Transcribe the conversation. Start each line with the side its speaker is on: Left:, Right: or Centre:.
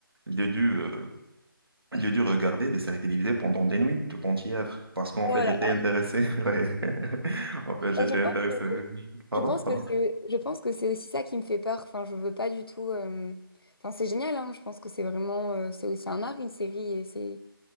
Right: j'ai dû euh, j'ai dû regarder des séries télévisées pendant des nuits tout entières parce qu'en
Left: Oh
Right: fait j'étais
Left: là là.
Right: intéressé. <laughs> Ouais. En fait, j'étais
Left: Et je pense
Right: intéressé.
Left: que,
Right: Pardon?
Left: je pense
Right: Pardon?
Left: que c'est, je pense que c'est aussi ça qui me fait peur. Enfin, je veux pas du tout. euh, Enfin, c'est génial, hein. Je pense que c'est vraiment, euh, c'est aussi un art, une série, et c'est,